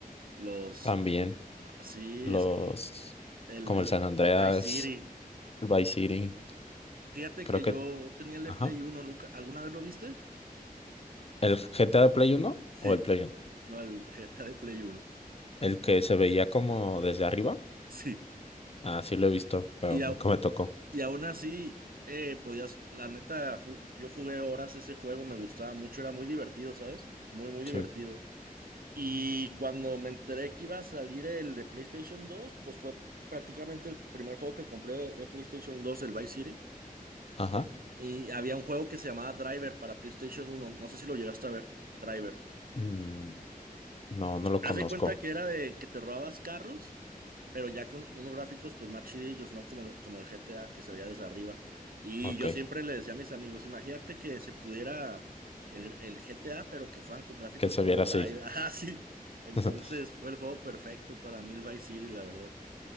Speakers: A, on the right; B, on the left.
A: Los,
B: También
A: ah, sí,
B: los
A: es el,
B: como
A: el
B: el San Andreas,
A: Vice City.
B: el Vice City,
A: Fíjate
B: creo
A: que
B: que
A: yo tenía el de
B: ajá.
A: Play uno nunca, ¿alguna vez lo viste?
B: El GTA de Play uno
A: Sí,
B: o el Play uno
A: no, el GTA de Play Uno,
B: el que se veía como desde arriba.
A: Sí.
B: Ah, sí lo he visto, pero
A: Y, au-
B: nunca me tocó.
A: y aún así, eh, podías, la neta, ju- yo jugué horas ese juego, me gustaba mucho, era muy divertido, ¿sabes? Muy, muy divertido.
B: Sí.
A: Y cuando me enteré que iba a salir el de PlayStation dos pues fue prácticamente el primer juego que compré de, de PlayStation dos el Vice City.
B: Ajá.
A: Y había un juego que se llamaba Driver para PlayStation uno no sé si lo llegaste a ver, Driver.
B: Mm, no, no lo
A: Haz
B: conozco.
A: de cuenta que era de que te robabas carros, pero ya con unos gráficos pues más chidillos, ¿no? Como, como el GTA que se veía desde arriba. Y
B: Ok,
A: yo siempre le decía a mis amigos, imagínate que se pudiera el, el GTA, pero que fueran con gráficos
B: que se
A: como
B: viera
A: Drive.
B: así.
A: <laughs> Ah, sí. Entonces
B: <laughs>
A: fue el juego perfecto para mí el Vice City, la verdad.